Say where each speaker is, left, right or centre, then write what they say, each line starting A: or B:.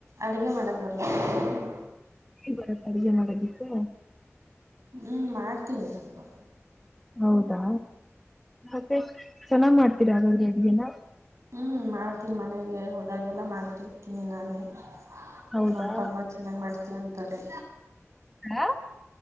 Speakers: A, on the right; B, in the centre.
A: ಅಡುಗೆ ಮಾಡಕ್ ಬು <inaudible>
B: ಬರ ಅಡುಗೆ ಮಾಡದಿಕ್ಕೆ
A: ಹ್ಮ್ ಮ ಕೆನಿಿಸಾ ಬ
B: ಹೌದಾ ಮತ್ತೆ ಚೆನ್ನಾಗ್ ಮಾಡ್ತೀರ ಹಾಗಾದ್ರೆ ಅಡ್ಗೆನ.
A: ಹ್ಮ್ ಮಾಡ್ತೀನಿ ಮನೆಗೆ ಹೋದಾಗೆಲ್ಲ ಮಾಡ್ತಿರ್ತೀನಿ ನಾನೇ.
B: ಹೌದಾ
A: ನಮ್ ಅಪ್ಪ ಅಮ್ಮ ಚೆನ್ನಾಗ್ ಮಾಡ್ತ್ಯ ಅಂತಾರೆ.
B: ಹಾ